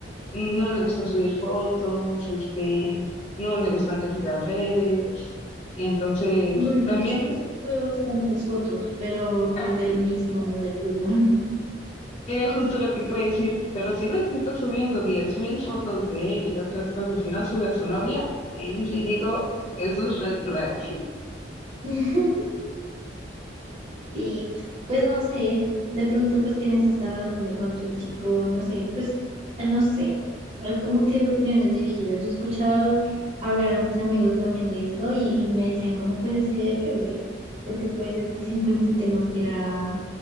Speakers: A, on the left; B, on the right.
A: no le gusta subir fotos, este, no le gustan casi las redes. Entonces,
B: Bueno,
A: también
B: sí que sí sube bastantes fotos, pero
A: ah,
B: pues del mismo de fútbol.
A: era justo lo que te iba a decir, pero si ves que está subiendo diez mil fotos de él y de otras cosas y no sube a su novia, ahí sí digo, eso es red flag. <laughs>
B: <laughs> Sí, pues no sé, de pronto pues tienes hasta razón, de pronto el chico, no sé, pues ah, no sé, hay como que opiniones divididas. Yo he escuchado hablar a mis amigos también de esto y, y me decían como pues es que depende, porque puede ser que simplemente no quiera